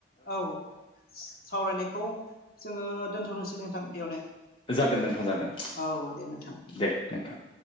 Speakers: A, on the left; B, on the left.
A: औ सावरायनायखौ जोङो दोन्थनोसै नोंथां बेयावनो
B: जागोन नोंथां जागोन
A: औ दे नोंथां।
B: दे नोंथां